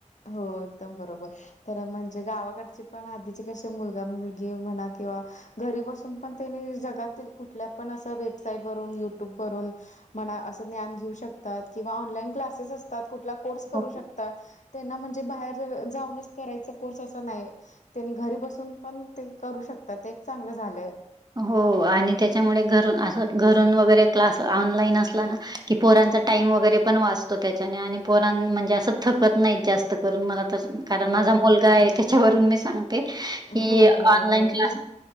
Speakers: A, on the left (about 70°); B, on the right (about 30°).
A: हो एकदम बरोबर. तर म्हणजे गावाकडचे पण आधीचे कसे मुलगा मुलगी म्हणा किंवा घरी बसून पण त्यांनी जगातील कुठल्या पण असं वेबसाईट वरून युट्यूब वरून म्हणा असं ज्ञान घेऊ शकतात किंवा ऑनलाईन क्लासेस असतात कुठला कोर्स करू
B: हो.
A: शकतात. त्यांना म्हणजे बाहेर जाऊनच करायचा कोर्स अस नाही. त्यांनी घरी बसून पण ते करू शकतात ते एक चांगलं झालंय.
B: हो आणि त्याच्यामुळे घरून अस घरून वगैरे क्लास ऑनलाईन असला ना. कि पोरांचा टाइम वगैरे पण वाचतो त्याच्याने आणि पोरां म्हणजे असं थकत नाहीत जास्त करून मला कारण
A: हो
B: माझा मुलगा आहे त्याच्यावरून मी सांगते की
A: हो बरोबर
B: ऑनलाईन
A: आहे.
B: क्लास